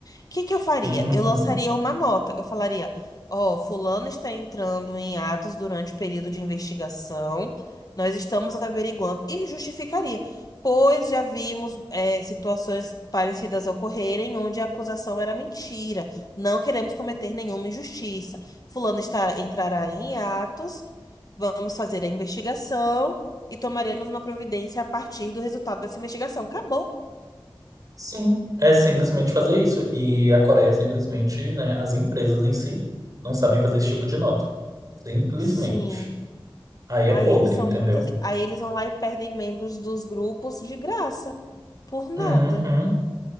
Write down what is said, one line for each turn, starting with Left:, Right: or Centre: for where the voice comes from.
Left: O que que eu faria?
Right: Uhum.
Left: Eu lançaria uma nota. Eu falaria: Ó, fulano está entrando em atos durante o período de investigação. Nós estamos averiguando. E justificaria, pois já vimos é, situações parecidas ocorrerem onde a acusação era mentira. Não queremos cometer nenhuma injustiça. Fulano está, entrará em atos. Vamos fazer a investigação e tomaremos uma providência a partir do resultado dessa investigação. Acabou.
Right: Sim, é simplesmente fazer isso. E a Coreia simplesmente, né, as empresas em si não sabem fazer esse tipo de nota. Simplesmente.
Left: Sim.
Right: Aí é
Left: Aí
Right: podre,
Left: eles são
Right: entendeu?
Left: muito assim. Aí eles vão lá e perdem membros dos grupos de graça. Por nada.
Right: Uhum.